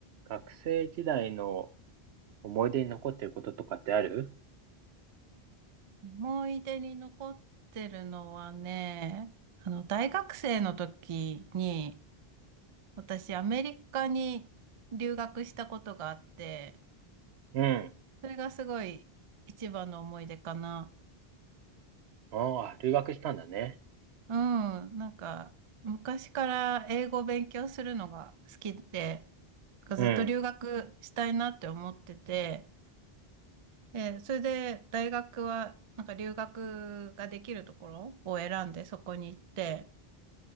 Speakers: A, on the right; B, on the right.
A: 学生時代の思い出に残ってることとかってある
B: 思い出に残ってるのはね、あの、大学生の時に、私、アメリカに留学したことがあって、
A: うん。
B: それがすごい一番の思い出かな。
A: ああ、留学したんだね。
B: うん、なんか、昔から英語を勉強するのが好きで、
A: うん。
B: ずっと留学したいなって思ってて、で、それで大学は、なんか留学ができるところを選んでそこに行って、